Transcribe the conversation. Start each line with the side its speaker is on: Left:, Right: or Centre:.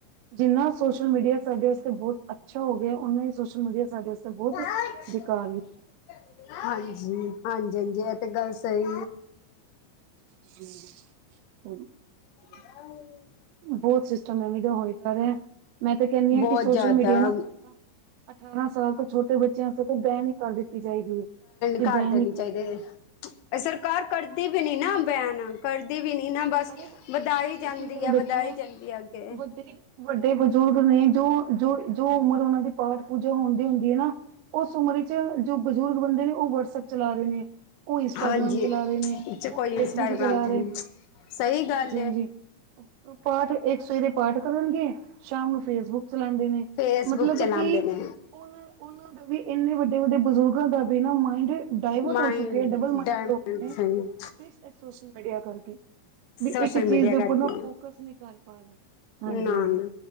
Right: ਜਿੰਨਾ ਸੋਸ਼ਲ ਮੀਡੀਆ ਸਾਡੇ ਵਾਸਤੇ ਬਹੁਤ ਅੱਛਾ ਹੋ ਗਿਆ ਉਹਨਾਂ ਹੀ ਸੋਸ਼ਲ ਮੀਡੀਆ ਸਾਡੇ ਵਾਸਤੇ
Left: <unintelligible>
Right: ਬਹੁਤ
Left: ਹਾਂਜੀ।
Right: ਬੇਕਾਰ ਵੀ
Left: ਹਾਂਜੀ ਹਾਂਜੀ, ਇਹ ਤਾਂ ਗੱਲ ਸਈ
Right: <unintelligible>
Left: <unintelligible>
Right: ਬਹੁਤ ਸਿਸਟਮ ਐਵੀਂ ਦਾ ਹੋਈ ਜਾ ਰਿਹਾ ਮੈਂ ਤੇ ਕਹਿਣੀ ਆ
Left: ਬਹੁਤ
Right: ਕਿ ਸੋਸ਼ਲ
Left: ਜ਼ਿਆਦਾ
Right: ਮੀਡੀਆ ਨਾ ਅਠਾਰਾਂ ਸਾਲ ਤੋਂ ਛੋਟੇ ਬੱਚਿਆਂ ਤੋਂ ਉਹ ਬੈਨ ਕਰ ਦਿੱਤੀ ਜਾਏਗੀ ਹੈ ਕਿ
Left: ਕਰ
Right: ਬੈਨ
Left: ਦੇਣੀ
Right: ਕਰਦੀ
Left: ਚਾਹੀਦੀ
Right: ਜਾ
Left: ਸਰਕਾਰ ਕਰਦੀ ਵੀ ਨੀ ਨਾ ਬੈਨ ਕਰਦੀ ਵੀ ਨੀ। ਇਹਨਾਂ ਬਸ
Right: ਅਰੇ
Left: ਵਧਾਈ
Right: ਤੁਸੀਂ
Left: ਜਾਂਦੀ
Right: ਇਹ
Left: ਆ
Right: ਦੇਖੋ
Left: ਵਧਾਈ ਜਾਂਦੀ ਆ ਅੱਗੇ।
Right: ਵੱਡੇ ਵੱਡੇ ਬਜ਼ੁਰਗ ਨੇ ਜੋ ਜੋ ਜੋ ਉਮਰ ਉਹਨਾਂ ਦੀ ਪਾਠ-ਪੂਜਾ ਹੋਣ ਦੀ ਹੁੰਦੀ ਹੈ ਨਾ ਉਸ ਉਮਰ ਵਿੱਚ ਜੋ ਬਜ਼ੁਰਗ ਬੰਦੇ ਨੇ ਉਹ ਵਟਸਐਪ ਚਲਾ ਰਹੇ ਨੇ। ਉਹ ਇੰਸਟਾਗ੍ਰਾਮ
Left: ਹਾਂਜੀ
Right: ਚਲਾ ਰਹੇ ਨੇ
Left: ਚ
Right: ਉਹ
Left: ਕੋਈ
Right: ਫੇਸਬੁੱਕ
Left: ਇੰਸਟਾਗ੍ਰਾਮ
Right: ਚਲਾ
Left: ਤੇ
Right: ਰਹੇ
Left: ਨਹੀਂ
Right: ਨੇ।
Left: ਸਹੀ ਗੱਲ
Right: ਹਾਂਜੀ
Left: ਏ
Right: ਹਾਂਜੀ ਪਾਠ ਇੱਕ ਸਵੇਰੇ ਪਾਠ ਕਰਨਗੇ ਸ਼ਾਮ ਨੂੰ ਫੇਸਬੁੱਕ ਚਲਾਂਦੇ ਨੇ
Left: ਫੇਸਬੁੱਕ
Right: ਮਤਲਬ
Left: ਚਲਾਉਂਦੇ
Right: ਕਿ
Left: ਨੇ
Right: ਉਹਨਾਂ ਉਹਨਾਂ ਵੀ ਇੰਨੇ ਵੱਡੇ ਵੱਡੇ ਬਜ਼ੁਰਗਾਂ ਦਾ ਵੀ ਨਾ ਮਾਇੰਡ ਡਾਇਵਰਟ
Left: ਮਾਇੰਡ
Right: ਹੋ ਚੁੱਕੇ ਡਬਲ ਮਾਈਡਡ
Left: ਡਾਇਮੰਡ
Right: ਹੋ ਗਏ ਨੇ ਸਿਰਫ ਇਹ ਸੋਸ਼ਲ ਮੀਡੀਆ ਕਰਕੇ। ਵੀ
Left: ਸੋਸ਼ਲ
Right: ਇੱਕ ਚੀਜ਼
Left: ਮੀਡੀਆ
Right: ਦੇ
Left: ਕਰਕੇ
Right: ਉੱਪਰ ਨਾ ਫੋਕਸ ਨਹੀਂ ਕਰ ਪਾ ਰਹੇ। ਹਾਂਜੀ
Left: ਨਾ
Right: ਹਾਂਜੀ
Left: ਨਾ